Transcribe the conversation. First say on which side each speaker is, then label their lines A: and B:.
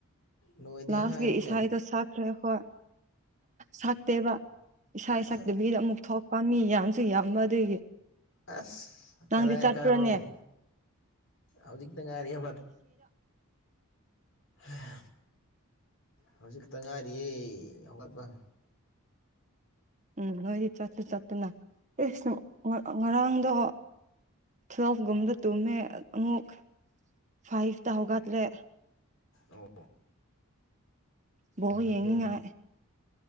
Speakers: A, on the left (about 60°); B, on the right (about 30°).
A: ꯅꯣꯏꯗꯤ
B: ꯂꯥꯁꯀꯤ
A: ꯍꯨꯝ ꯑꯀꯨꯛ
B: ꯏꯁꯥꯗꯣ ꯁꯛꯈ꯭ꯔꯦ ꯍꯣꯏ ꯁꯛꯇꯦꯕ ꯏꯁꯥ
A: ꯑꯁ
B: ꯁꯛꯇꯕꯤꯗ ꯑꯃꯨꯛ ꯊꯣꯛꯄꯝ ꯃꯤ ꯌꯥꯝ ꯁꯤ ꯌꯥꯝꯃꯗꯤ
A: ꯑꯁ ꯀꯗꯥꯏꯗ
B: ꯅꯪꯗꯤ ꯆꯠꯄ꯭ꯔꯥꯅꯦ
A: ꯀꯥꯕ꯭ꯔꯣ ꯍꯧꯖꯤꯛꯇ ꯉꯥꯏꯔꯤꯌꯦ ꯍꯥ ꯍꯧꯖꯤꯛ ꯈꯛꯇ ꯉꯥꯏꯔꯤꯌꯦ ꯍꯧꯒꯠꯄ
B: ꯎꯝ ꯅꯣꯏꯗꯤ ꯆꯠꯇꯤ ꯆꯠꯇꯅ ꯏꯁ ꯉꯔꯥꯡꯗꯣ ꯇꯨꯋꯦꯜꯚ ꯒꯨꯝꯗ ꯇꯨꯡꯃꯦ ꯑꯥ ꯑꯃꯨꯛ ꯐꯥꯏꯚꯇ ꯍꯧꯒꯠꯂꯦ
A: ꯑꯣ
B: ꯕꯣ
A: ꯌꯥꯝ ꯐꯩꯀꯣ
B: ꯌꯦꯅꯤꯡꯉꯥꯏ